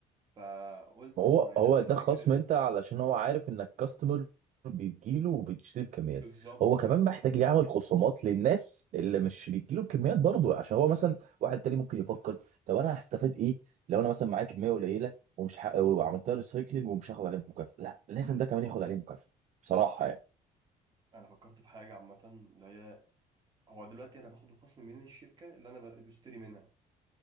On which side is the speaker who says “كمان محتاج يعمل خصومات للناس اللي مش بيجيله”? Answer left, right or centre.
Right